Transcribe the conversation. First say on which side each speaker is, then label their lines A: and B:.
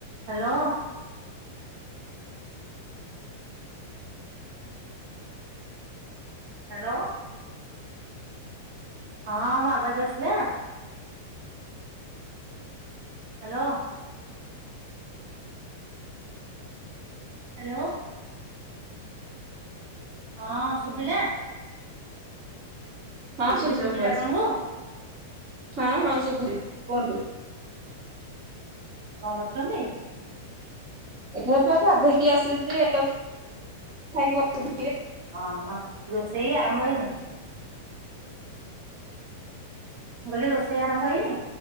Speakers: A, on the right; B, on the right.
A: Hello. Hello. ହଁ ମୋ ଆବାଜ ଆସିଲା? ହାଲୋ। ହ୍ୟାଲୋ। ହଁ ଶୁଭିଲା?
B: ହଁ
A: କହିଲି
B: ଶୁଭୁଛି ତୋମ
A: ଶୁଭିଲା
B: ଭଏସ୍।
A: ଆପଣଙ୍କୁ
B: ହଁ ହଁ
A: ଆ
B: ଶୁଭୁଛି। କୁହନ୍ତୁ।
A: କଣ କରଛନ୍ତି?
B: ଏବେ ଏବେ ଗାଧେଇକି ଆସିଚି ଆଉ। ଖାଇକି <inaudible>
A: ଅଁ, ହଁ ରୋଷଇ ଆରମ୍ଭ ହେଇନି। ମୁଁ କହିଲି ରୋଷେଇ ଆରମ୍ଭ ହେଇନି?